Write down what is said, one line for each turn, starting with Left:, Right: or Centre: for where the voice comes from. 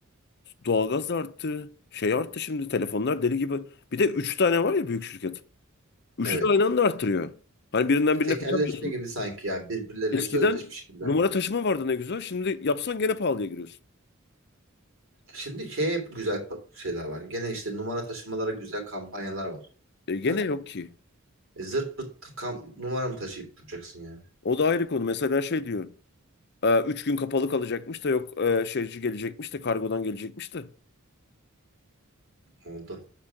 Left: Doğalgaz da arttı. Şey arttı şimdi telefonlar deli gibi. Bir de 3 tane var ya büyük şirket. Üçü
Right: Evet.
Left: de aynı anda arttırıyor. Hani birinden
Right: E, Tekelleşme
Left: birine kaçamıyorsun.
Right: gibi sanki ya birbirleriyle
Left: Eskiden
Right: sözleşmiş gibiler.
Left: numara taşıma vardı ne güzel. Şimdi yapsan gene pahalıya giriyorsun.
Right: Şimdi şey hep güzel pa- şeyler var. Gene işte numara taşımalara güzel kampanyalar var.
Left: E gene
Right: Da
Left: yok ki.
Right: e, zırt pırt ta- kam numara mı taşıyıp duracaksın yani?
Left: O da ayrı konu. Mesela şey diyor. e, Üç gün kapalı kalacakmış da yok e, şeyci gelecekmiş de kargodan gelecekmiş de.
Right: Oldu.